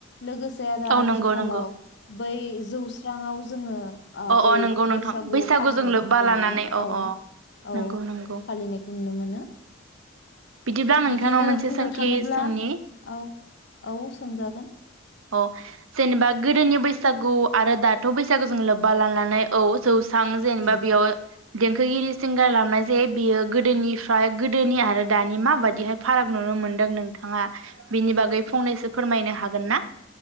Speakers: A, on the left; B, on the right.
A: लोगोसे आरो
B: औ
A: आथिखालाव
B: नंगौ नंगौ
A: बै जौस्रांआव जोङो
B: अ
A: बै
B: अ नंगौ नोंथां
A: बैसागु
B: बैसागुजों
A: फालिनायफोरखौ
B: लोब्बा लानानै
A: नुयो
B: अ
A: औ
B: अ नंगौ
A: औ
B: नंगौ
A: फालिनायखौ नुनो मोनो
B: बिदिब्ला आं
A: बिदिनो
B: नोंथांनाव मोनसे
A: बुंनो
B: सोंथि
A: थाङोब्ला
B: सोंनि
A: औ औ सोंजागोन
B: औ जेनेबा गोदोनि बैसागु आरो दाथ बैसागुजों लोब्बा लानानै औ जौस्रां जेनेबा
A: उम
B: बेयाव रियेल सिंगार लानायजों बियो गोदोनिफ्राय गो गोदोनि आरो दानि मा बायदिहाय फाराग नुनो मोन्दों नोंथाङा बिनि बागै फंनैसो फोरमायनो हागोन ना